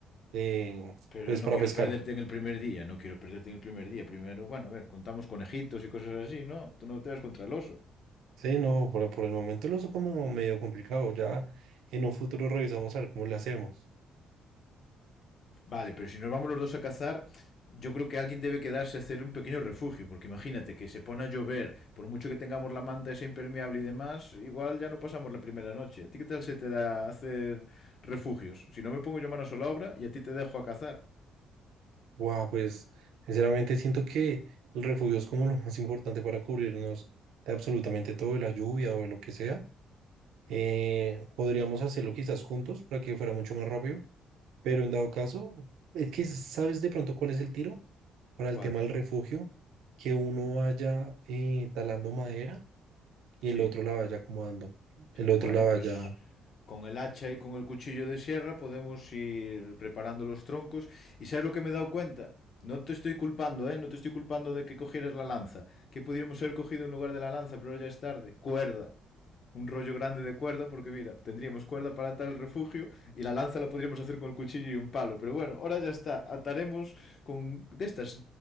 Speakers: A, on the right; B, on the left.
A: eh,
B: Pero
A: pues
B: no
A: para
B: quiero
A: pescar.
B: perderte en el primer día, no quiero perderte en el primer día. Primero, bueno, a ver, contamos conejitos y cosas así, ¿no? Tú no te vas contra el oso.
A: Sí, no, por, por el momento lo uso como medio complicado. Ya en un futuro revisamos a ver cómo le hacemos.
B: Vale, pero si nos vamos los dos a cazar, yo creo que alguien debe quedarse a hacer un pequeño refugio, porque imagínate que se pone a llover, por mucho que tengamos la manta esa impermeable y demás, igual ya no pasamos la primera noche. ¿A ti qué tal se te da hacer refugios? Si no me pongo yo manos a la obra y a ti te dejo a cazar.
A: Guau, pues sinceramente siento que el refugio es como lo más importante para cubrirnos de absolutamente todo, de la lluvia o de lo que sea. Eh, podríamos hacerlo quizás juntos para que fuera mucho más rápido, pero en dado caso, es que sabes de pronto cuál es el tiro para el
B: ¿Cuál?
A: tema del refugio, que uno vaya eh, talando madera y
B: Sí.
A: el otro la vaya acomodando, el otro
B: Bueno,
A: la vaya.
B: pues con el hacha y con el cuchillo de sierra podemos ir preparando los troncos. ¿Y sabes lo que me he dado cuenta? No te estoy culpando, ¿eh? No te estoy culpando de que cogieras la lanza. Que pudiéramos haber cogido en lugar de la lanza, pero ya es tarde. Cuerda. un rollo grande de cuerda, porque mira, tendríamos cuerda para atar el refugio y la lanza la podríamos hacer con el cuchillo y un palo. Pero bueno, ahora ya está, ataremos con de estas